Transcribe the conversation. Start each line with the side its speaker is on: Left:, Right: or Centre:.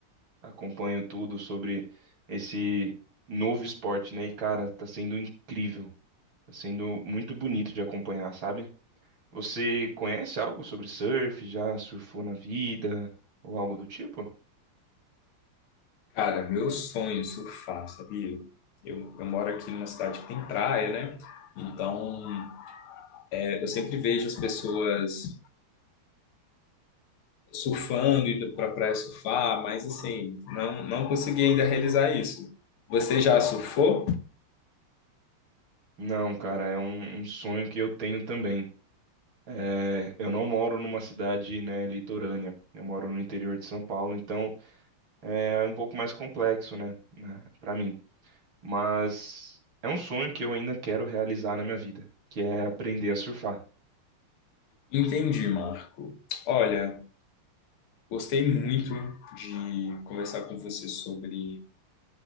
Right: acompanho tudo sobre esse novo esporte, né? E cara, tá sendo incrível. Tá sendo muito bonito de acompanhar, sabe? Você conhece algo sobre surf? Já surfou na vida ou algo do tipo?
Left: Cara, meu sonho é surfar, sabia? Eu, eu moro aqui numa cidade que tem praia, né? Então, é, eu sempre vejo as pessoas surfando, indo pra praia surfar, mas assim, não, não consegui ainda realizar isso. Você já surfou?
Right: Não, cara, é um um sonho que eu tenho também. É, eu não moro numa cidade, né, litorânea. Eu moro no interior de São Paulo, então é, é um pouco mais complexo, né, né, para mim. Mas é um sonho que eu ainda quero realizar na minha vida, que é aprender a surfar.
Left: Entendi, Marco. Olha, Gostei muito de conversar com você sobre